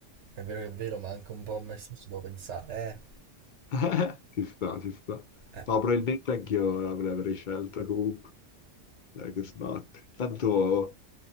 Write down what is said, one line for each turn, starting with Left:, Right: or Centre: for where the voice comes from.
Right: È vero che è vero, ma anche un po' a me stesso devo pensare,
Left: <laughs> Ci sta, ci sta.
Right: eh. Eh,
Left: No, probabilmente anch'io l'avrei l'avrei scelta comunque. Dai, che sbatte. Tanto,